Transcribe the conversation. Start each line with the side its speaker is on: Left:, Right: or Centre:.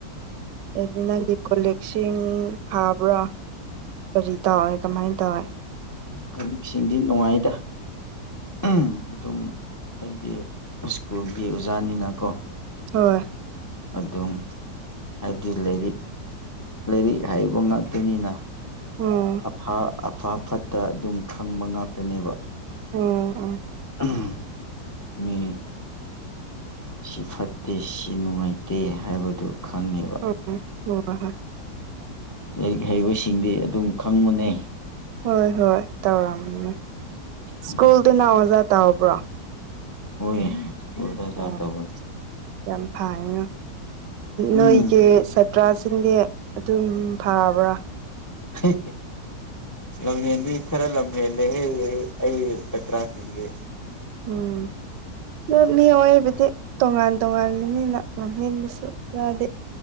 Right: <inaudible> ꯆꯦꯡ ꯐꯥꯕ꯭ꯔꯥ ꯀꯔꯤ ꯇꯧꯋꯦ ꯀꯃꯥꯏꯅ ꯇꯧꯋꯦ
Left: ꯀꯂꯤꯛꯁꯤꯡꯗꯤ ꯅꯨꯡꯉꯥꯏꯗ ꯑꯝ ꯑꯗꯨꯝ ꯑꯩꯗꯤ ꯁ꯭ꯀꯨꯜꯒꯤ ꯑꯣꯖꯥꯅꯤꯅꯀꯣ
Right: ꯍꯣꯏ
Left: ꯑꯗꯨꯝ ꯍꯥꯏꯕꯗꯤ ꯂꯥꯏꯔꯤꯛ ꯂꯥꯏꯔꯤꯛ ꯍꯥꯏꯕ ꯉꯥꯛꯇꯅꯤꯅ
Right: ꯎꯝ
Left: ꯑꯐ ꯑꯐ ꯐꯠꯇ ꯑꯗꯨꯝ ꯈꯪꯕ ꯉꯥꯛꯇꯅꯦꯕ
Right: ꯎꯝ
Left: ꯎꯝ ꯎꯝ ꯁꯤ ꯐꯠꯇꯦ ꯁꯤ ꯅꯨꯡꯉꯥꯏꯇꯦ ꯍꯥꯏꯕꯗꯨ ꯈꯪꯉꯦꯕ
Right: <unintelligible>
Left: ꯂꯥꯏꯔꯤꯛ ꯍꯩꯕꯁꯤꯡꯗꯤ ꯑꯗꯨꯝ ꯈꯪꯕꯅꯦ
Right: ꯍꯣꯏ ꯍꯣꯏ ꯇꯧꯔꯝꯃꯦ
Left: ꯎꯝ
Right: ꯁ꯭ꯀꯨꯜꯗ ꯅꯪ ꯑꯣꯖꯥ ꯇꯧꯕ꯭ꯔꯣ
Left: ꯍꯣꯏ ꯁ꯭ꯀꯨꯜꯗ ꯑꯣꯖꯥ
Right: ꯑꯣ
Left: ꯇꯧꯕ
Right: ꯌꯥꯝ ꯐꯩꯉ
Left: ꯎꯝ
Right: ꯅꯣꯏꯒꯤ ꯁꯥꯇ꯭ꯔꯥꯁꯤꯡꯗꯤ ꯑꯗꯨꯝ ꯐꯥꯕ꯭ꯔ
Left: ꯍꯤꯍꯤ ꯂꯝꯍꯦꯟꯗꯤ ꯈꯔ ꯂꯝꯍꯦꯜꯂꯦꯍꯦ ꯑꯩ ꯑꯩ ꯆꯇꯔꯥꯁꯤꯡꯗꯤ
Right: ꯎꯨꯝ ꯑꯗꯨ ꯃꯤ ꯑꯣꯏꯕꯗꯤ ꯇꯣꯉꯥꯟ ꯇꯣꯉꯥꯟꯕꯅꯤꯅ ꯂꯝꯕꯦꯟꯕꯁꯨ ꯌꯥꯎꯗꯦ